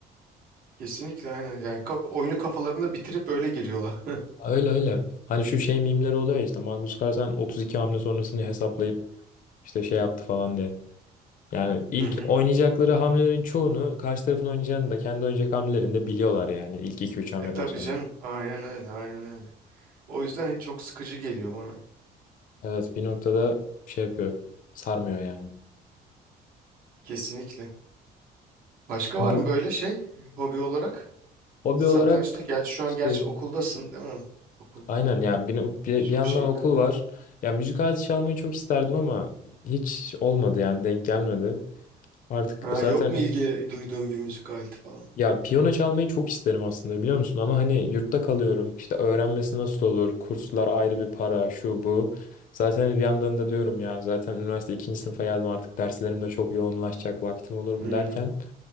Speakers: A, on the right; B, on the left.
A: Kesinlikle aynen. Yani ka- oyunu kafalarında bitirip öyle giriyorlar.
B: Öyle öyle. Hani şu şey mimleri oluyor ya işte Magnus Carlsen 32 hamle sonrasını hesaplayıp işte şey yaptı falan diye. Yani ilk
A: <laughs> Hı hı.
B: oynayacakları hamlelerin çoğunu karşı tarafın oynayacağını da kendi oynayacak hamlelerini de biliyorlar yani ilk iki üç hamleden
A: E tabii
B: sonra.
A: canım. Aynen öyle, aynen öyle. O yüzden çok sıkıcı geliyor bana.
B: Evet bir noktada şey yapıyor. Sarmıyor yani.
A: Kesinlikle. Başka
B: Bu
A: var mı böyle şey hobi olarak?
B: hobi
A: Satrançta.
B: olarak
A: Gerçi şu
B: işte
A: an gerçi okuldasın, değil mi? Okul
B: aynen ya bir, bir,
A: birçok
B: bir yandan
A: şeyi
B: okul
A: kap.
B: var. Ya müzik aleti çalmayı çok isterdim ama hiç olmadı yani denk gelmedi. Artık
A: Ha,
B: zaten
A: yok mu ilgi duyduğun bir müzik aleti falan?
B: ya piyano çalmayı çok isterim aslında biliyor musun? Ama hani yurtta kalıyorum. İşte öğrenmesi nasıl olur? Kurslar ayrı bir para şu bu. Zaten bir yandan da diyorum ya zaten üniversite ikinci sınıfa geldim artık derslerim de çok yoğunlaşacak vaktim olur mu
A: Hmm.
B: derken.